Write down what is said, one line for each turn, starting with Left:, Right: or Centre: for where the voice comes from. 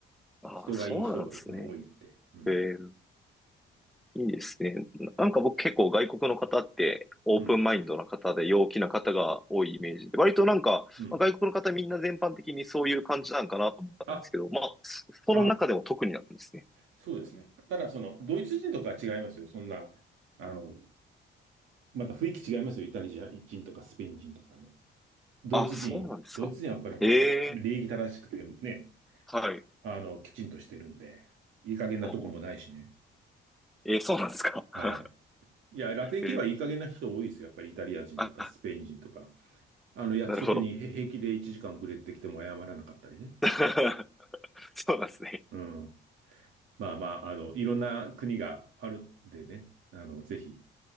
Centre: あ、
Right: 人がいい人が多いって。
Centre: そうなんですね。
Right: うん。
Centre: ええ、いいですね。なんか僕結構外国の方ってオープンマインドな方で陽気な方が多いイメージで、
Right: うん。
Centre: 割となんかまあ外国の方みんな全般的にそういう感じなんかなと思ったんですけど、
Right: うん。あ、
Centre: まあ、そその中でも特になんですね。
Right: あ、そうですね。ただ、その、ドイツ人とかは違いますよ。そんな、あの、また雰囲気違いますよ。イタリア人とかスペイン人とかね。ドイツ人は。
Centre: あ、そうなんですか。
Right: ドイツ人はやっぱり礼儀正しくてね、
Centre: ええはい。
Right: あの、きちんとしてるんで、いい加減なとこもないしね。
Centre: おえーそうなんですか。
Right: はい。
Centre: <laughs>
Right: いや、ラテン系はいい加減な人多いですよ。
Centre: えー
Right: やっぱりイタリア人とかスペイン人とか。
Centre: あ、
Right: あの、約束にへ平気で1時間遅れてきても謝らなかったりね。
Centre: なるほど。<laughs> そうなんですね。
Right: うん。まあまあ、あの、いろんな国があるんでね。あの、ぜひ、